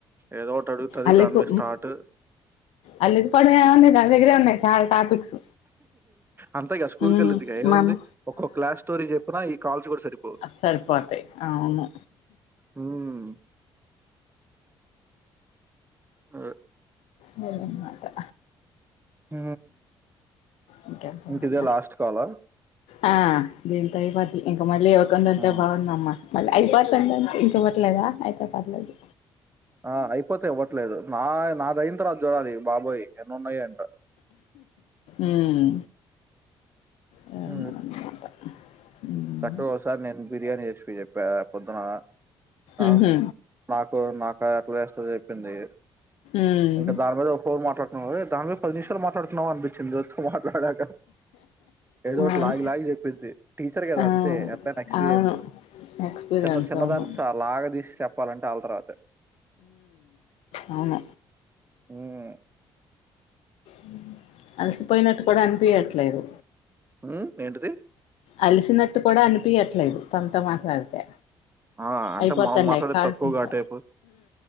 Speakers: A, on the right; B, on the left.
A: ఏదో ఒకటి అడుగుతది
B: అల్కి
A: దాని మీద స్టార్ట్.
B: అల్కి పడున్న దాని దగ్గర ఉన్నాయి చాలా టాపిక్స్
A: అంతంత గసు స్కూల్
B: ఉమ్
A: కళ్ళదిగా ఏముంది
B: మనం
A: ఒక క్లాస్ స్టోర చెిన ఈ కాల్స్ గూడా సరిపోవు.
B: స్ల్పో అంతతే ఆవును
A: హ్మ్. ఆ
B: న్మాత
A: హ
B: ఇంకేంటమ్మా
A: ఇంటిదే లాస్ట్ కాాల
B: ఆ దీంత ఇవద్దు ఇంకా మళ్ళీ ఇవ్వకుంందంతే
A: హ్మ్.
B: బాగుంద అమ్మ మళ్ళీ అఐదు పట్ందంటే ఇంక పట్లేదా అయితే పర్లేదు
A: ఆ అయిపోతా ఇవ్వట్లేదు నా నాదన తర్వాత జూరాలి బాబాయ్ ఎన్న ఉన్నాయిడి
B: ఉమ్ అదన్నమాట
A: అ
B: ఉమ్
A: చక్కగాసారి నేను బిర్యానీ చేసి చెప్పా పొద్దున ఆ
B: ఉహు
A: మా ఇ నాకు ఎట్లా చేస్తంది చెప్పింది
B: ఉమ్
A: ఇంటకా దాని మీద ఒక మాట్లాడుతుే దా మీ ఫర్నిచర్ మాట్లాడు ం అనిపించింద మాట్లాడాక ఏదో
B: ఆ
A: ఒకటి లాగి లాగి చెప్పింది
B: ఆ
A: తే ఎనా ఎక్స్పీరియన్స్
B: అవును ఎక్స్పీరియన్స్
A: చిన్న చిన్నదాని
B: అవును
A: లాగా చె చెప్పాలంటే వాళ్ళ తర్వాత
B: అవును
A: హ్మ్.
B: హ అలసిపోయినట్టు కూడా అనిపించట్లేదు
A: అ ఏంటది
B: అలిసినట్టు కూడా అనిపిించట్లేదు తంత మాట్లాడితే
A: ఆ! అంటే
B: అయిపోతాంయి
A: మనం మాట్లాడేది
B: కాల్సందద
A: తక్కువ గా ఆ టైపు.